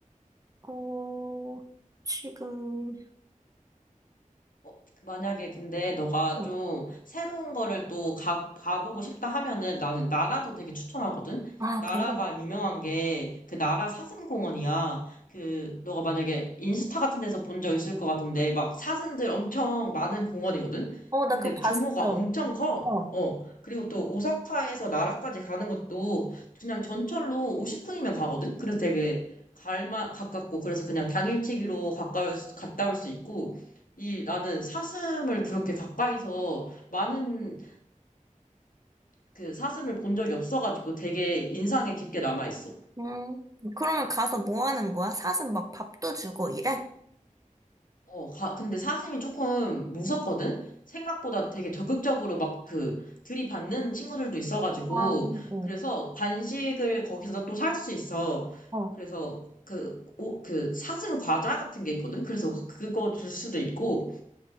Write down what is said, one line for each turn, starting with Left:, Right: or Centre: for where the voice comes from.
Right: 어, 지금,
Left: 어, 만약에 근데 너가
Right: 어.
Left: 좀 새로운 거를 또 가, 가보고 싶다 하면은 나는 나라도 되게 추천하거든?
Right: 아,
Left: 나라가
Right: 그래?
Left: 유명한 게 그 나라 사슴공원이야. 그, 너가 만약에 인스타 같은 데서 본 적 있을 것 같은데 막 사슴들 엄청 많은 공원이거든?
Right: 어, 나
Left: 근데
Right: 그거 봤어.
Left: 규모가 엄청 커.
Right: 어.
Left: 어. 그리고 또 오사카에서 나라까지 가는 것도 그냥 전철로 50분이면 가거든? 그래서 되게 갈만 가깝고 그래서 그냥 당일치기로 가까울 수- 갔다 올 수 있고 이 나는 사슴을 그렇게 가까이서 많은 그 사슴을 본 적이 없어가지고 되게 인상에 깊게 남아있어.
Right: 음, 그러면 가서 뭐 하는 거야? 사슴 막 밥도 주고 이래?
Left: 어, 가- 근데 사슴이 조금 무섭거든? 생각보다 되게 적극적으로 막 그 들이받는 친구들도 있어가지고
Right: 아, 그래. 어.
Left: 그래서 간식을 거기서 또 살 수 있어.
Right: 어.
Left: 그래서 그, 오, 그 사슴 과자 같은 게 있거든? 그래서 그거 줄 수도 있고